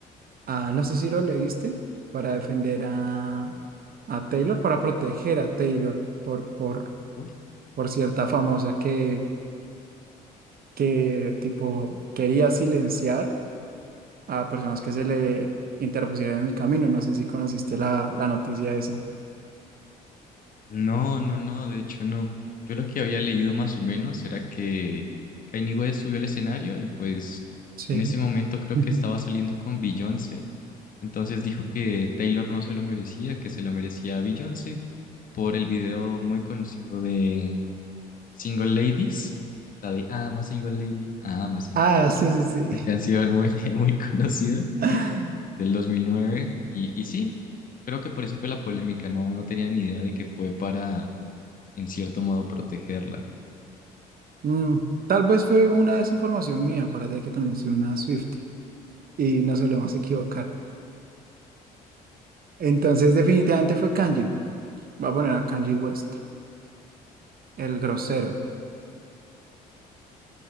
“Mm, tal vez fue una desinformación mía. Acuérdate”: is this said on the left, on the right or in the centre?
Right